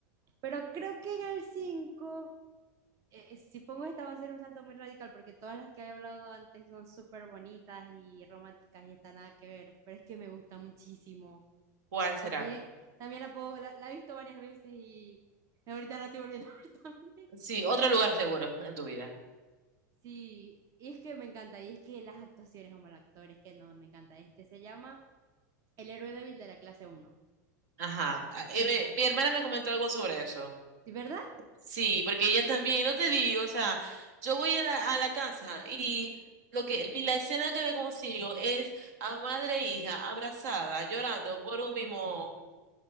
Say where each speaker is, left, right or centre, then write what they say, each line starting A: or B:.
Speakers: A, on the right; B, on the right.
A: Pero creo que en el 5 eh, eh, si pongo esta va a ser un salto muy radical porque todas las que he hablado antes son súper bonitas y románticas y está nada que ver, pero es que me gusta muchísimo.
B: ¿Cuál será?
A: También, también la puedo, la, la he visto varias veces y ahorita la estoy volviendo <laughs> a ver también.
B: Sí, otro lugar seguro en tu vida.
A: Sí, y es que me encanta, y es que las actuaciones, como el actor, es que no, me encanta. Este se llama El héroe débil de la clase uno
B: Ajá. Ah, eh, me- mi hermana me comentó algo sobre eso.
A: ¿Sí, ¿Verdad?
B: Sí, porque ella también, no te digo, o sea, yo voy a la, a la casa y lo que y la escena que me consigo es a madre e hija abrazada, llorando por un mismo